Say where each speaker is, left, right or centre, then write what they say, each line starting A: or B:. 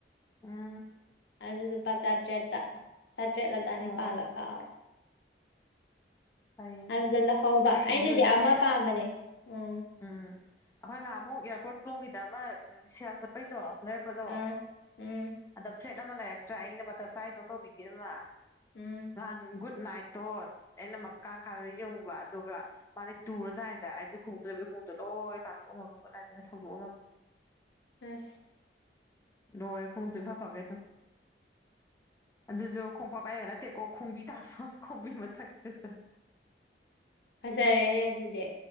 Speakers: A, on the left (about 15°); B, on the left (about 80°).
A: ꯎꯝ
B: ꯑꯗꯨꯗꯨꯄꯥ ꯆꯥꯇ꯭ꯔꯦꯠꯇ ꯆꯥꯇ꯭ꯔꯦꯠꯂ ꯆꯅꯤꯄꯥꯥꯜꯂꯒ
A: ꯑꯣ
B: ꯀꯥꯎꯔꯦ
A: ꯐꯩꯅꯦ
B: ꯑꯗꯨꯗ ꯂꯧꯍꯧꯕ
A: ꯑꯩꯁꯤꯁꯨꯅꯦ
B: ꯑꯩꯅꯗꯤ ꯑꯃ ꯄꯥꯝꯕꯅꯦ ꯎꯝ
A: ꯎꯝ ꯑꯩꯈꯣꯏ ꯉꯍꯥꯃꯨꯛ ꯏꯌꯥꯔꯄꯣꯔꯠꯂꯣꯝꯒꯤꯗ ꯑꯃ ꯁꯦꯜ ꯆꯠꯄꯩꯗꯣ ꯂꯩꯔꯛꯄꯗꯣ
B: ꯑꯥ ꯎꯝ
A: ꯑꯗ ꯐ꯭ꯂꯦꯠ ꯑꯃ ꯂꯩꯔꯛꯇ꯭ꯔꯥ ꯑꯩꯅ ꯕꯇꯔꯐ꯭ꯂꯥꯏꯗꯝ ꯇꯧꯕꯤꯒꯗꯃ
B: ꯎꯝ
A: ꯅꯥꯟ ꯅꯥꯏꯠꯇꯣ ꯑꯩꯅꯃꯛ ꯀꯥꯡꯈꯥꯗ ꯌꯨꯡꯕ ꯑꯗꯨꯒ ꯃꯥꯅꯦ ꯇꯨꯔꯗꯥꯏꯅꯗ ꯑꯩꯗ ꯇ꯭ꯔꯕꯗꯤꯣꯡꯗꯣ ꯂꯣꯏ ꯆꯥꯊꯣꯛꯑꯝꯃꯕ ꯈꯣꯠꯅꯏꯗꯅ ꯁꯪꯗꯣꯛꯑꯝꯃꯕ
B: ꯑ
A: ꯂ ꯑꯩꯈꯣꯏꯛꯇꯔꯤꯚꯞ ꯐꯒꯥꯏ ꯇꯣ ꯑꯗꯨꯁꯨ ꯈꯣꯡꯄꯥꯛ ꯍꯥꯏꯔꯒ ꯅꯠꯇꯦꯀꯣ ꯈꯣꯡꯕꯤ ꯇꯥꯄ ꯈꯣꯡꯕꯤ ꯃꯊꯛꯀꯤꯗꯨ
B: ꯐꯖꯔꯦꯅꯦ ꯑꯗꯨꯗꯤ